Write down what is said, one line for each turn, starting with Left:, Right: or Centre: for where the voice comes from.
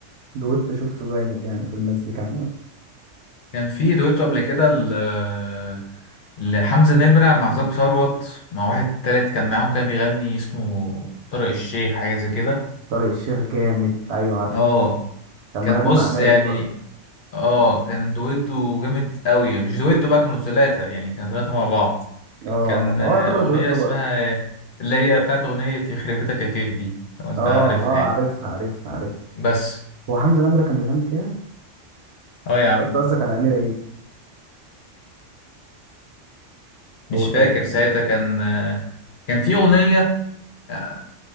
Right: دويتو شفته جامد يعني في المزيكا عامة
Left: كان في دويتو قبل كده ل- لحمزة نمرة مع زاب ثروت مع واحد تالت كان معاهم كان بيغني اسمه طارق الشيخ حاجة زي كده
Right: طارق الشيخ جامد ايوه عارفه
Left: اه
Right: كان
Left: كان
Right: مغني
Left: بص
Right: مع أمير
Left: يعني
Right: عيد برضه
Left: اه كان دويتو جامد قوي مش دويتو بقى كانوا ثلاثة يعني كانوا ثلاثة مع بعض
Right: اه
Left: كان
Right: هو
Left: آه،
Right: يعتبر
Left: أغنية
Right: دويتو
Left: اسمها
Right: برضه
Left: آه، اللي هي بتاعت أغنية يخرب بيتك يا كيف دي لو أنت
Right: اه
Left: عارفها
Right: اه
Left: يعني
Right: عارفها عارفها عارفها
Left: بس
Right: هو حمزة نمرة كان بيغني فيها
Left: اه يا
Right: طب
Left: عم
Right: انت قصدك على أمير عيد
Left: مش
Right: هو تقريبا
Left: فاكر ساعتها كان آه، كان في أغنية آه،